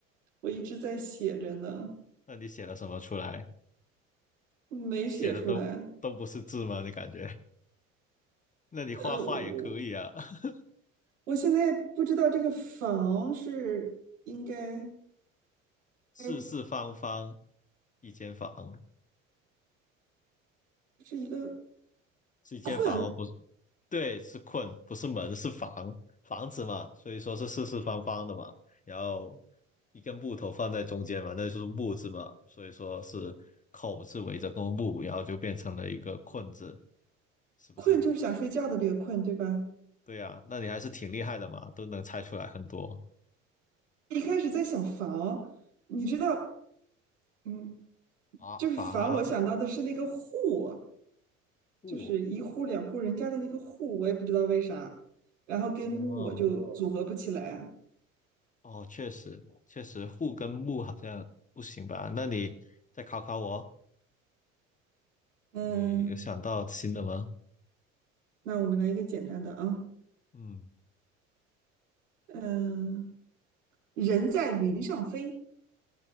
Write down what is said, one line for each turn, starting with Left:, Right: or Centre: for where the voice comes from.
Right: 我一直在写着呢，
Left: 那你写了什么出来？
Right: 没写出来。
Left: 写的都都不是字吗？你感觉？那你画画也可以啊。
Right: 呃，我
Left: <laughs>
Right: 我现在不知道这个房是应该
Left: 四四方方
Right: 该
Left: 一间房，
Right: 是一个
Left: 是一间房哦，
Right: 困
Left: 不对，是困，不是门，是房，房子嘛，所以说是四四方方的嘛，然后一根木头放在中间嘛，那就是木字嘛，所以说是口字围着个木，然后就变成了一个困字，是不是？
Right: 困，就是想睡觉的这个困，对吧？
Left: 对呀，那你还是挺厉害的嘛，都能猜出来很多。
Right: 一开始在想房，你知道，嗯，
Left: 啊，
Right: 就是房，
Left: 伐
Right: 我想到的是那个户，
Left: 木，
Right: 就是一户两户人家的那个户，我也不知道为啥，然后跟木我就哦组合不起来啊。
Left: 哦哦，确实确实，户跟木好像不行吧？那你再考考我，
Right: 嗯，
Left: 你有想到新的吗？
Right: 那我们来一个简单的啊，
Left: 嗯。
Right: 嗯。人在云上飞，